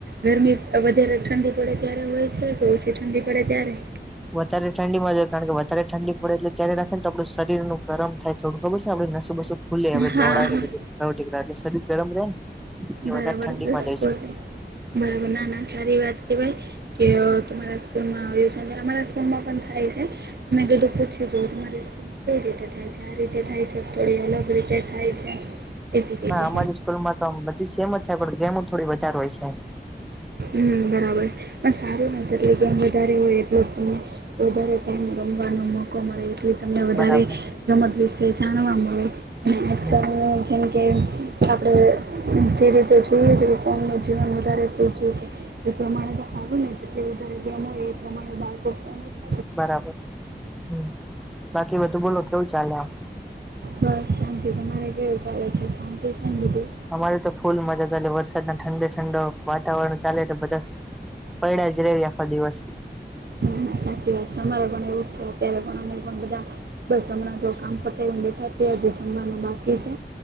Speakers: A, on the right; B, in the centre.
A: ગરમી વધારે ઠંડી પડે ત્યારે હોય છે કે ઓછી ઠંડી પડે ત્યારે
B: વધારે ઠંડી માં જ કારણ કે વધારે ઠંડી પડે એટલે ત્યારે રાખે ને તો આપણું શરું ગરમ થાય થોડું ખબર છેને આપડે નસુબસું ખુ આપણે
A: હા
B: દોડાયે
A: હા
B: બધું નક એટલે શરીર ગરમ રહે ને એ
A: બરાબરષ
B: વધારે ઠંડીમાં
A: સ્કૂલ
B: જાય છે
A: બરા ના ના સારી વાત કેહે ભય કે તમારા સ્કૂલમાં આવ્યું છે અને અમારા સ્કૂલમાં પણ થાય છે મેં બધું પૂછી જુ તમારી સ્કૂલમાં કઈ રીતે થાય છે ક રીતે થાય છે થોડી અલગ રીતે થાય છે એવી જ
B: ના
A: રીતે
B: અમારી સ્કૂલ માં તો બધી સેમ જ થાય પણ ગેમો થોડી વધારે હોય છે
A: હમ બરાબર પણ સારું ને જેટલે ગમ વધારે હોય એટલો તને વધારે ટાઈમ રમવાનો મોકો મળે એટલી તમને વધારે
B: બરાબર
A: રમત વિશે જાણવા મળે અને
B: હમ
A: આજકાલ જેમ કે આપણે જે રીતે જોઈએ છે કે ફોનનું જીવન વધારે ફઈ ગું છે એ પ્રમાણે સારું ને જેટલી વધારે ગેમ હોય એ પ્રમાણે બાળકો ફોન જ
B: બરાબર હ બાકી બધું બોલો કેવું ચાલે આમ
A: બસ શાંતિ તમારે કેવું ચાલે છે શાંતિ શાંતિથી
B: અમારી તો ફૂલ મજા ચાલે વરસાદ ના ઠંડે ઠંડો વાતાવરણ ચાલેટલે બધા પૈડ્યા જ રવી આખો દિવસ
A: ના ના સાચી વાત છે અમારે પણ એવું જ છે અત્યારે પણ અમે પણ બધા બસ હમણાં જો કામ પતા એ બેઠા છએ આજે જમવાનું બાકી છે